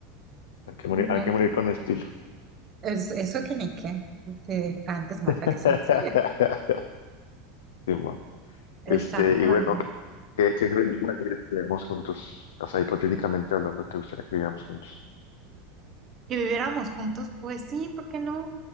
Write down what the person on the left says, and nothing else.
Hay que
morir, hay que
morir
con estilo.
<laughs>
Simón. Este,
y bueno, ¿qué, qué crees que viviéramos juntos? O sea, hipotéticamente hablando, ¿te gustaría que viviéramos juntos?